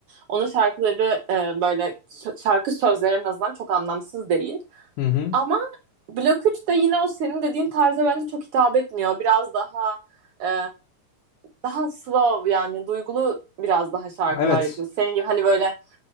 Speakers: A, on the right; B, on the left.
A: Onun şarkıları e, böyle şarkı sözleri en azından çok anlamsız değil.
B: Hı hı.
A: Ama Blok 3 de yine o senin dediğin tarza bence çok hitap etmiyor. Biraz daha e, daha slow yani duygulu biraz daha şarkılar
B: Evet.
A: yapıyor. Senin gibi hani böyle